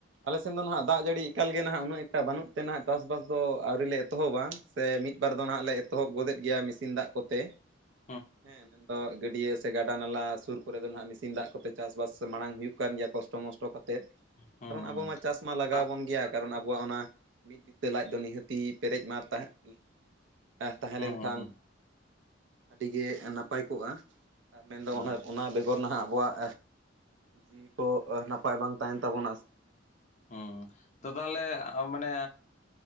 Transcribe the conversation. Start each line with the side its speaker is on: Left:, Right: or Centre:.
Right: ᱟᱞᱮ ᱥᱮᱱ ᱫᱚ ᱱᱟᱦᱟᱜ ᱫᱟᱜ ᱡᱟᱹᱲᱤ ᱮᱠᱟᱞ ᱜᱮ ᱱᱟᱦᱟᱜ ᱩᱱᱟᱹᱜ ᱮᱠᱴᱟ ᱵᱟᱹᱱᱩᱜ ᱛᱮ ᱱᱟᱦᱱᱟᱜ ᱪᱟᱥᱵᱟᱥ ᱫᱚ ᱟᱹᱣᱨᱤᱞᱮ ᱮᱛᱚᱦᱚᱵᱟ᱾ ᱥᱮ ᱢᱤᱫ ᱵᱟᱨ ᱫᱚ ᱱᱟᱦᱟᱜ ᱞᱮ ᱮᱛᱚᱦᱚᱵ ᱜᱚᱫᱮᱫ ᱜᱮᱭᱟ ᱢᱮᱥᱤᱱ ᱫᱟᱜ ᱠᱚᱛᱮ᱾
Left: <inaudible>
Right: ᱦᱮᱸ ᱢᱮᱱᱫᱚ ᱜᱟᱹᱰᱭᱟᱹ ᱥᱮ ᱜᱟᱰᱟ ᱱᱟᱞᱟ ᱥᱩᱨ ᱠᱚᱨᱮ ᱫᱚ ᱱᱟᱜ ᱢᱮᱥᱤᱱ ᱫᱟᱜ ᱠᱚᱛᱮ ᱪᱟᱥᱵᱟᱥ ᱢᱟᱲᱟᱝ ᱦᱩᱭᱩᱜᱼᱼ ᱠᱟᱱ ᱜᱮᱭᱟ ᱠᱚᱥᱴᱚ ᱢᱚᱥᱴᱚ ᱠᱟᱛᱮᱫ
Left: ᱦᱩᱸ
Right: ᱠᱟᱨᱚᱱ ᱟᱵᱚ
Left: ᱦᱩᱸ
Right: ᱢᱟ ᱪᱟᱥ ᱢᱟ ᱞᱟᱜᱟᱣ
Left: ᱟᱜ
Right: ᱵᱚᱱ ᱜᱮᱭᱟ ᱠᱟᱨᱚᱱ ᱟᱵᱚᱣᱟᱜ ᱚᱱᱟ ᱢᱤᱫ ᱵᱤᱛᱟᱹ ᱞᱟᱡ ᱫᱚ ᱱᱤᱦᱟᱹᱛᱤ ᱯᱮᱨᱮᱡ ᱢᱟᱨ ᱛᱟᱸᱦᱮᱸᱫᱼᱼ ᱛᱟᱦᱮᱸ
Left: ᱦᱩᱸ
Right: ᱞᱮᱱᱠᱷᱟᱱ
Left: ᱦᱩᱸ
Right: ᱟᱹᱰᱤᱜᱮ ᱱᱟᱯᱟᱭ ᱠᱚᱜᱼᱟ᱾ ᱟᱨ ᱢᱮᱱᱫᱚ
Left: ᱦᱮᱸ
Right: ᱚᱱᱟ ᱚᱱᱟ ᱵᱮᱜᱚᱨ ᱱᱟᱦᱟᱜ ᱟᱵᱚᱣᱟᱜ ᱡᱤᱣᱤ ᱠᱚ ᱱᱟᱯᱟᱭ ᱵᱟᱝ ᱛᱟᱦᱮᱱ ᱛᱟᱵᱚᱱᱟ᱾
Left: ᱦᱩᱸ ᱛᱚ ᱛᱟᱦᱞᱮ ᱢᱟᱱᱮ